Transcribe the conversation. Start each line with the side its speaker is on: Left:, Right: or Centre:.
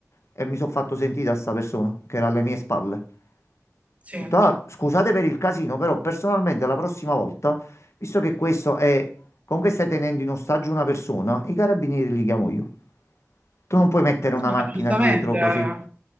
Left: E mi sono fatto sentire a sta persona che era alle mie spalle. Ho
Right: sì.
Left: detto, "Ah, scusate per il casino, però personalmente la prossima volta, visto che questo è, comunque stai tenendo in ostaggio una persona, i carabinieri li chiamo io. Tu non puoi mettere una
Right: No,
Left: macchina
Right: giustamente,
Left: dietro così.
Right: eh.